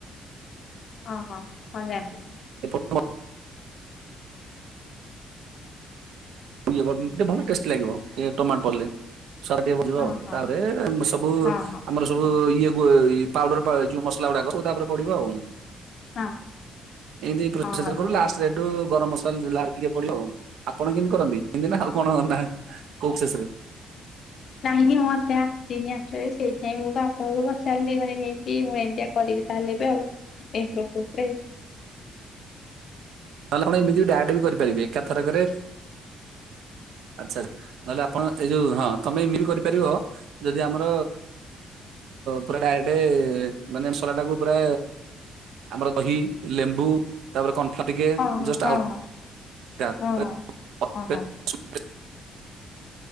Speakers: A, on the left (about 55°); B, on the right (about 75°).
A: ହଁ ହଁ ହଁ ଜାଣିଲି।
B: <unintelligible> ଟିକେ ଭଲ ଟେଷ୍ଟ ଲାଗିବ ଟମାଟ ପଡ଼ିଲେ। ସାର ଟିକେ ବଜିବା
A: ହଁ
B: ଆଉ
A: ହଁ
B: ତାପରେ
A: ହଁ
B: ସବୁ
A: ହଁ ହଁ
B: ଆମର ସବୁ ଇଏ ପାଉଡର ଯୋଉଁ ମସଲା ଗୁଡାକ ତା ଉପରେ ପଡିବ ଆଉ।
A: ହଁ
B: ଏମତି ପ୍ରୋସେସ
A: ହଁ ହଁ
B: ରେ
A: ଜାଣିଲି।
B: କରୁ ଲାଷ୍ଟ ରେ ଗରମ ମସ <unintelligible> ଟିକେ ପଡିବ ଆପଣ କେମତି କରନ୍ତି କେମତି ନା ଆଉ କଣ ନା କୋଉଁ ଶେଷରେ
A: କାହିଁକି ମତେ ତିନି ଆସରେ ସେଇଥିପାଇଁ ମୁଁ ତ ଆପଣଙ୍କୁ ପଚାରିଲି ମାନେ କେମତି ମୁଁ ଏମିତିଆ କରିବି ତାହେଲେ ବି ଆଉ। ଏଇ ପ୍ରୋସେସରେ।
B: ନହେଲେ ଆପଣ ଏମିତି ଡାଇରେକଟ ବି କରିପାରିବେ ଏକାଥରକରେ ଆଛା ନହେଲେ ଆ ଆପଣ ଏଇ ଯୋଉ ହଁ ତମେ ଏମିତି ବି କରିପାରିବ ଯଦି ଆମର ପୁରା ଡାଇରେକ୍ଟ ମାନେ ମସଲା ଟାକୁ ପୁରା ଆମର ଦହି ଲେମ୍ବୁ ତାପରେ କନଫ୍ଲୋର ଟିକେ
A: ହଁ
B: ଯଷ୍ଟ
A: ହଁ
B: ହାଲକ
A: ହଁ ହଁ ହଁ ହଁ।
B: <unintelligible>
A: ହଁ ହଁ